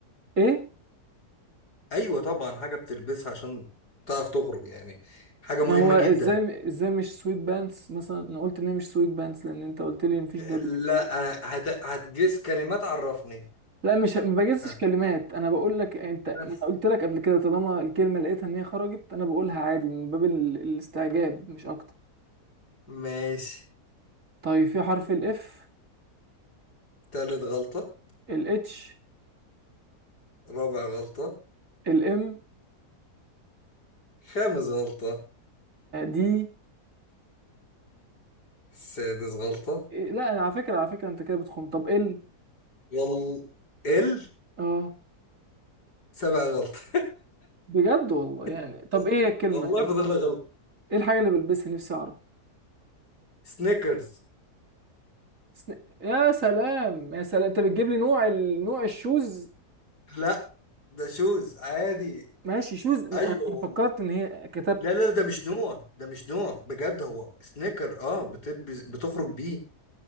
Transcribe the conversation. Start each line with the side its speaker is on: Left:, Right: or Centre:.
Right: ايه
Left: ايوه طبعا حاجة بتلبسها عشان تعرف تخرج يعني حاجة
Right: ما
Left: مهمة
Right: هو
Left: جدا
Right: ازاي ازاي مش سويت بانتس مثلا انا قلت ان هي مش سويت بانتس لان انت قلت لي مفيش دبليو
Left: لا آه، هت... هتجس كلمات عرفني
Right: لا مش ما بجزش
Left: ها
Right: كلمات انا بقول لك انت انا
Left: بس
Right: قلت لك قبل كده طالما الكلمه لقيتها ان هي خرجت انا بقولها عادي من باب ال- الاستعجاب مش اكتر
Left: ماشي
Right: طيب في حرف الاف
Left: تالت غلطة
Right: الاتش
Left: رابع غلطة
Right: الام
Left: خامس غلطة
Right: دي
Left: سادس غلطة
Right: لا على فكره على فكره انت كده بتخم طب ال
Left: وال ال
Right: اه
Left: سبع غلطة
Right: بجد والله يعني
Left: <laughs>
Right: طب ايه هي الكلمة
Left: والله
Right: انت
Left: فاضل لك غلطة
Right: ايه الحاجة اللي بلبسها نفسي اعرف
Left: سنيكرز
Right: سن- يا سلام يا سلام انت بتجيب لي نوع ال... نوع الشوز
Left: لا ده شوز عادي
Right: ماشي شوز م-
Left: ايوه
Right: انا
Left: والله
Right: فكرت ان هي كتبت
Left: لا لا ده مش نوع ده مش نوع بجد هو سنيكر اه بتلبس بتخرج بيه